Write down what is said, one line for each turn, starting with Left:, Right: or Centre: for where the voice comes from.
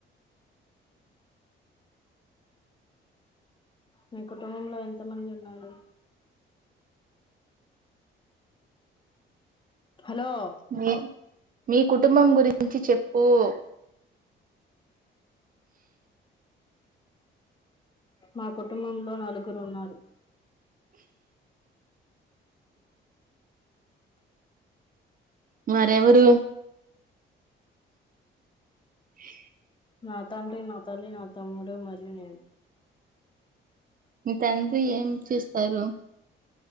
Left: మీ కుటుంబంలో ఎంత మంది ఉన్నారు హలో
Right: మీ మీ కుటుంబం గురించి చెప్పు <inaudible>
Left: మా కుటుంబంలో నలుగురు ఉన్నారు
Right: వారేవరు హ <inaudible>
Left: నా తండ్రి నా తల్లి నా తమ్ముడు మరియు నేను
Right: మీ తండ్రి ఏం చేస్తారు